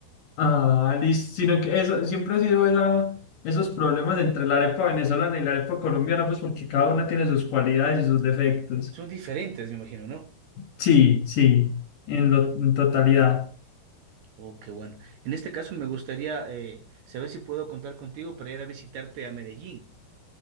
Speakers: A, on the left (about 55°); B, on the right (about 65°).
A: Ah, listo, sino que eso, siempre ha sido esa, esos problemas entre la arepa venezolana y la arepa colombiana, pues porque cada una tiene sus cualidades y sus defectos.
B: Son diferentes, me imagino, ¿no?
A: Sí, sí, en, lo- en totalidad.
B: Oh, qué bueno. En este caso me gustaría eh, saber si puedo contar contigo para ir a visitarte a Medellín.